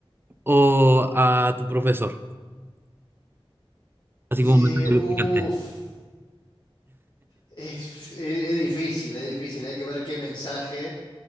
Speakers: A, on the right; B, on the left.
A: o a tu profesor? Así
B: Eh,
A: como un mensaje
B: uf,
A: picante.
B: es, es- es difícil, es difícil. Hay que ver qué mensaje.